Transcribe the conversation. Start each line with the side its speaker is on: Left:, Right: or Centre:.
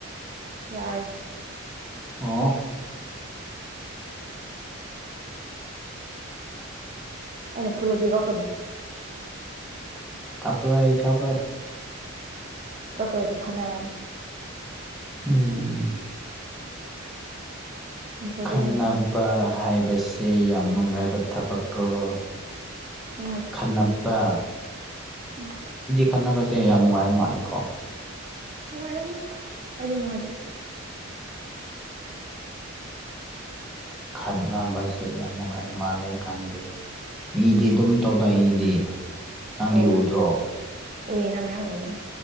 Right: ꯌꯥꯔ‌ꯦ
Centre: ꯑꯣ
Right: ꯑꯩꯅ ꯐꯨꯔꯗꯤ ꯀꯞꯀꯅꯤ
Centre: ꯀꯥꯞꯄꯔꯣꯏ ꯀꯥꯞꯄꯔꯣꯏ
Right: ꯀꯞꯇ꯭ꯔꯗꯤ ꯈꯠꯅꯔꯅꯤ
Centre: ꯎꯝ
Right: ꯉꯁꯥꯏ
Centre: ꯈꯠꯅꯕ
Right: ꯇꯨꯃꯤꯟꯅ
Centre: ꯍꯥꯏꯕꯁ‌ꯦ ꯌꯥꯝ ꯅꯨꯡꯉꯥꯏꯕ ꯊꯕꯛꯔ‌ꯣ
Right: ꯅꯨꯡꯉꯥꯏꯇ‌ꯦ
Centre: ꯍꯟꯅꯞꯄꯥ
Right: ꯎꯝ
Centre: ꯈꯠꯅꯕꯁꯦ ꯌꯥꯝ ꯅꯨꯡꯉꯥꯏꯕ ꯃꯥꯜꯂꯤꯀꯣ
Right: ꯅꯨꯡꯉꯥꯏꯔꯝꯅꯤ ꯑꯩ ꯗꯤ ꯅꯨꯡꯉꯥꯏꯇ‌ꯦ
Centre: ꯈꯠꯅꯕꯁꯦ ꯌꯥꯝ ꯅꯨꯡꯉꯥꯏ ꯃꯥꯜꯂꯦ ꯈꯪꯗꯦ ꯃꯤꯗꯤ
Right: ꯎꯝ
Centre: ꯑꯗꯨꯝ ꯇ‌ꯣꯛꯅ ꯏꯗꯤ ꯅꯪꯗꯤ
Right: ꯇꯧꯔꯦ
Centre: ꯎꯗ꯭ꯔꯣ
Right: ꯎꯏꯅ ꯃꯌꯥꯝ ꯎꯏꯅ